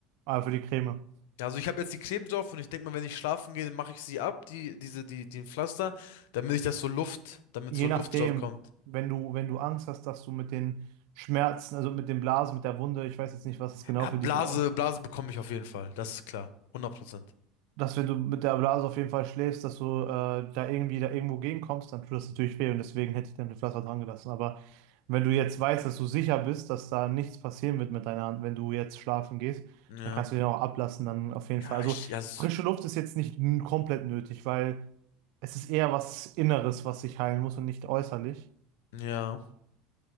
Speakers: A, on the right; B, on the left.
A: Aber für die Creme.
B: Ja, Also ich habe jetzt die Creme drauf und ich denke mal, wenn ich schlafen gehe, dann mache ich sie ab, die, diese, die, den Pflaster, damit ich das so Luft, damit
A: Je
B: so Luft
A: nachdem,
B: drauf kommt.
A: wenn du, wenn du Angst hast, dass du mit den Schmerzen, also mit den Blasen, mit der Wunde, ich weiß jetzt nicht, was es genau
B: Ja,
A: für
B: Blase,
A: dich äh,
B: Blase bekomme ich auf jeden Fall. Das ist klar. hundert Prozent
A: dass wenn du mit der Blase auf jeden Fall schläfst, dass du äh, da irgendwie da irgendwo gegenkommst, dann tut das natürlich weh und deswegen hätte ich dann den Pflaster dran gelassen. Aber wenn du jetzt weißt, dass du sicher bist, dass da nichts passieren wird mit deiner Hand, wenn du jetzt schlafen gehst,
B: Ja.
A: dann kannst du den auch ablassen, dann auf jeden
B: Ja,
A: Fall. Also
B: ich, ja, s-
A: frische Luft ist jetzt nicht n- komplett nötig, weil es ist eher was Inneres, was sich heilen muss und nicht äußerlich.
B: ja,